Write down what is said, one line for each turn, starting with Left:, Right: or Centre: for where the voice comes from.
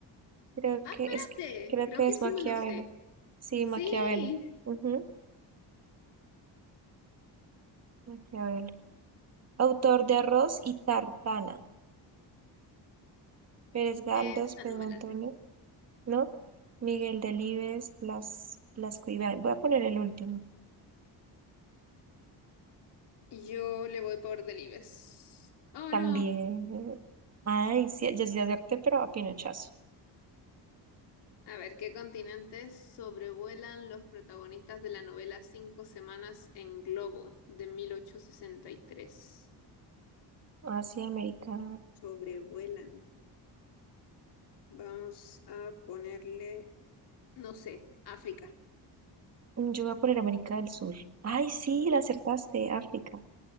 Right: Creo
Left: Ah,
Right: que
Left: espérate,
Right: es, creo
Left: creo
Right: que
Left: que
Right: es
Left: sí
Right: Maquiavelo.
Left: me lo sé.
Right: Sí,
Left: Sí,
Right: Maquiavelo. Ujú, Maquiavelo. Autor de Arroz y Tartana. Pérez Galdós,
Left: esta
Right: Pedro
Left: no me la
Right: Antonio,
Left: sé.
Right: ¿no? Miguel Delibes, Blas, Blasco Ibáñez. Voy a poner el último.
Left: Yo le voy por Delibes. Oh,
Right: También.
Left: no.
Right: eh, Ay, sí, ya sí acepté, pero a pinochazo.
Left: A ver, ¿qué continentes sobrevuelan los protagonistas de la novela Cinco Semanas en Globo de mil ochocientos sesenta y tres.
Right: Asia, América.
Left: Sobrevuelan. Vamos a ponerle, no sé, África.
Right: mm, Yo voy a poner América del Sur. Ay, sí, la acertaste, África.